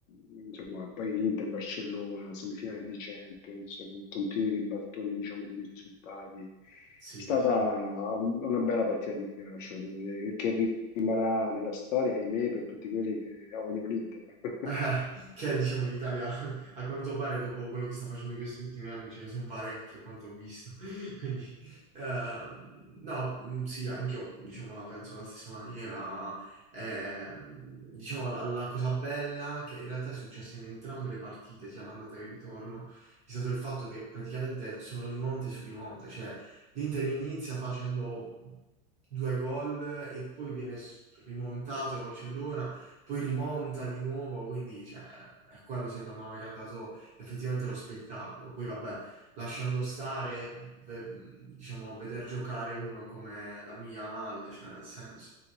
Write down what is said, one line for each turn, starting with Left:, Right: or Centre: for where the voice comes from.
Left: insomma, poi Inter, Barcellona, semifinale di Champions, con continui ribaltoni, diciamo, di risultati. È
Right: sì,
Left: stata
Right: sì.
Left: un- una bella partita di calcio, devo dire, che rimarrà nella storia, ahimè, per tutti quelli che odiano l'Inter. <laughs>
Right: Eh, che diciamo in Italia <laughs> a quanto pare dopo quello che sta facendo in questi ultimi anni ce ne sono parecchi a quanto ho visto. <laughs> Quindi ehm, no, mm, sì, anch'io diciamo la penso alla stessa maniera. Ehm, diciamo la, la cosa bella che in realtà è successa in entrambe le partite, sia l'andata che il ritorno, è stato il fatto che praticamente sono rimonte su rimonte, cioè l'Inter inizia facendo due gol e poi viene s- rimontato a Barcellona poi rimonta di nuovo, quindi cioè, è quello secondo me che ha dato effettivamente lo spettacolo. Poi vabbè, lasciando stare, ve- diciamo, veder giocare uno come la mia Yamal, cioè nel senso,